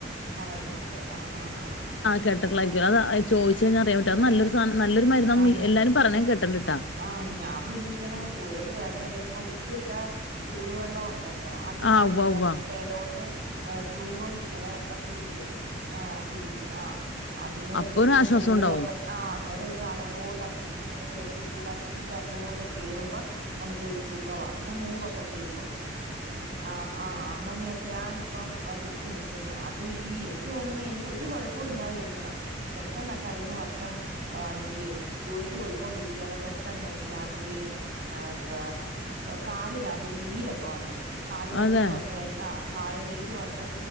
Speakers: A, on the right; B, on the left.
A: പറയുന്നുണ്ട് ആ ആ ആ ആ
B: കേട്ട്ട്ട് ള്ളായി <unintelligible> അത് ചോയിച്ച് കയിഞ്ഞ അറിയാൻ പറ്റും അത് നല്ലൊരു സ് <unintelligible> നല്ലൊരു മരുന്നാന്ന്
A: ആഹ്
B: എല്ലാരും പറ <unintelligible> കേട്ടണ്ട്
A: ആഹ് ഞാൻ പിന്നെ ഇങ്ങനെ കൂടുതൽ വേദന വരുമ്പോ ഉപ്പിട്ട ചൂടുവെള്ളം ഒ ണ്ടല്ലോ അതിങ്ങനെ
B: ആഹ് ഉവ്വ
A: നമ്മുടെ
B: ഉവ്വ
A: മുട്ടയിലോട്ട് ഏഹ് തുണി കൊണ്ട് ഇങ്ങനെ പിടിക്കും ആഹ് പിടിക്കും ആ അതിങ്ങനെ
B: അപ്പൊ
A: പിടിക്കാൻ
B: ഒരു ആശ്വാസം
A: മൂവൊക്കെ
B: ഉണ്ടാവും
A: ആ അന്നേരം ഒരു അകത്തോട്ട് ആ ചൂടിങ്ങനെ ചെറിയ ചൂട് ആ തുണിക്കാത്തോട്ട് കേറുമ്പ <unintelligible> നമുക്ക് ഒരു സുഖവാ പിന്നെ മൂവൊക്കെ തേക്കും ഉം ആഹ് ആഹ് അങ്ങനെയൊക്കെ ആയി ഇപ്പം പിടിച്ചു നിക്കുന്നെ അത് ഈ എനിക്ക് തോന്നുന്നെ എനിക്ക് ഒരു കുഴപ്പവും ഇല്ലാതിരുന്നതാ പെട്ടെന്ന കഴിഞ്ഞ വർഷം ആന്നെങ്കി ജോലിക്ക് പോയ്ക്കൊണ്ടിരി <unintelligible> പെട്ടെന്ന് എനിക്കാണെങ്കിൽ ഏഹ് എന്താ കാലിനകത്ത് നീരൊക്കെ വന്നു കാലില്
B: അതെ
A: നീര് വന്നു കഴിഞ്ഞു ആ കാല് നീര് വന്ന്